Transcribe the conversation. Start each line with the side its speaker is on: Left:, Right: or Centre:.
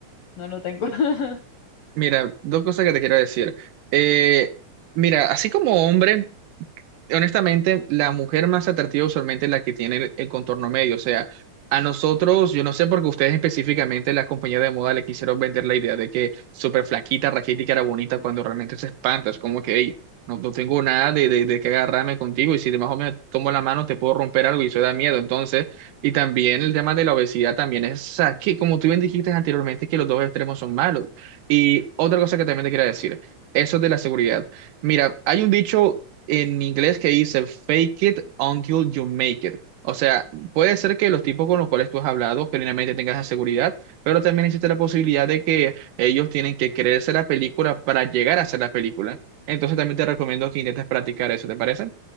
Left: no lo tengo. <laughs>
Right: mira, dos cosas que te quiero decir. Eh, mira, así como hombre, Honestamente, la mujer más atractiva usualmente es la que tiene el, el contorno medio. O sea, a nosotros, yo no sé por qué ustedes específicamente, la compañía de moda, le quisieron vender la idea de que súper flaquita, raquítica era bonita cuando realmente se espanta. Es como que, hey, no, no tengo nada de, de, de que agarrarme contigo y si de más o menos tomo la mano te puedo romper algo y eso da miedo. Entonces, y también el tema de la obesidad también es, o sea, que como tú bien dijiste anteriormente, que los dos extremos son malos. Y otra cosa que también te quería decir, eso de la seguridad. Mira, hay un dicho en inglés que dice fake it until you make it. O sea, puede ser que los tipos con los cuales tú has hablado genuinamente tengas esa seguridad, pero también existe la posibilidad de que ellos tienen que creerse la película para llegar a hacer la película. Entonces también te recomiendo que intentes practicar eso, ¿te parece?